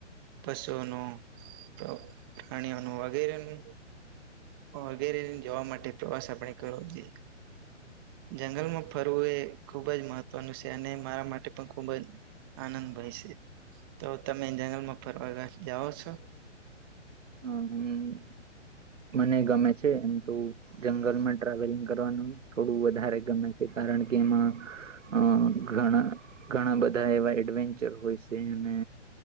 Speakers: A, on the right; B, on the right.
A: પશુઓનું પ્ર પ્રાણીઓનું વગેરેનું વગેરે જવા માટે પ્રવાસ આપણે કરવો જોઈએ. જંગલમાં ફરવું એ ખૂબ જ મહત્વનું સે અને મારા માટે પણ ખૂબ જ આનંદભાય સે, તો તમે જંગલમાં ફરવા જાઓ છો?
B: હા હમ્મ મને ગમે છે એમ તો જંગલમાં ટ્રાવેલિંગ કરવાનું થોડું વધારે ગમે છે કારણ કે એમાં અ ઘણા ઘણા બધા એવા એડવેન્ચર હોય સે અને